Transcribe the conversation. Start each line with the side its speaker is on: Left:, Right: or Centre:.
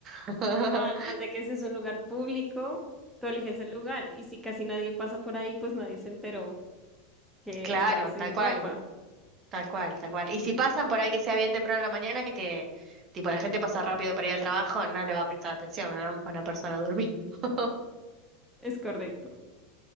Right: <laughs>
Centre: Además de que si es un lugar público, tú eliges el lugar. Y si casi nadie pasa por ahí, pues nadie se enteró que
Right: Claro,
Centre: estaba sin
Right: tal cual.
Centre: ropa.
Right: Tal cual, tal cual. Y si pasan por ahí que sea bien temprano en la mañana, que tipo la gente pasa rápido para ir al trabajo, no le va a prestar atención a una, a una persona durmiendo. <laughs>
Centre: Es correcto.